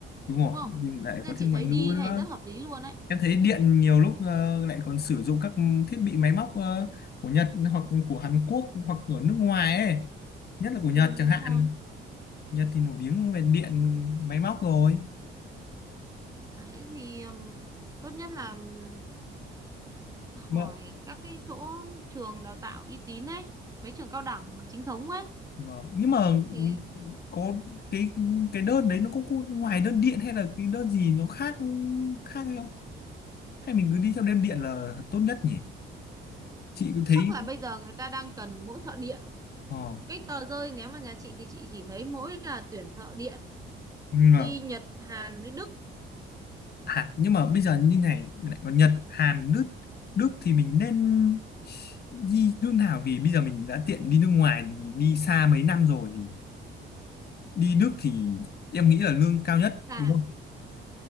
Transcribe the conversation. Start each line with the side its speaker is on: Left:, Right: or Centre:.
Left: đúng rồi
Right: đúng không
Left: nhưng lại
Right: nên
Left: có
Right: chị
Left: thêm ngoại
Right: thấy
Left: ngữ
Right: đi này
Left: nữa
Right: rất hợp lý luôn đấy
Left: Em thấy điện nhiều lúc ờ, lại còn sử dụng các thiết bị máy móc ờ, của Nhật hoặc của Hàn Quốc hoặc ở nước ngoài ấy. Nhất là của
Right: ừ,
Left: Nhật chẳng
Right: đúng
Left: hạn.
Right: rồi
Left: Nhật thì nổi tiếng về điện máy móc rồi.
Right: đấy thì ừm, tốt nhất là ừm, hỏi
Left: Mà,
Right: các cái chỗ trường đào tạo uy tín ấy mấy trường cao đẳng mà chính thống ấy
Left: mà nhưng mà ừ,
Right: thì
Left: có cái cái đơn đấy nó có, có ngoài đơn điện hay là cái đơn gì nó khác khác hay không? Hay mình cứ đi theo đơn điện là tốt nhất nhỉ? Chị có
Right: chắc
Left: thấy
Right: là bây giờ người ta đang cần mỗi thợ điện
Left: ờ,
Right: cái tờ rơi nếu mà nhà chị thì chị chỉ thấy mỗi là tuyển thợ điện
Left: ừ,
Right: đi Nhật Hàn với Đức
Left: Hàn nhưng mà bây giờ như này mình lại có Nhật Hàn Đức Đức thì mình nên đi nước nào vì bây giờ mình đã tiện đi nước ngoài đi xa mấy năm rồi thì đi Đức thì em nghĩ là lương cao nhất
Right: là
Left: đúng không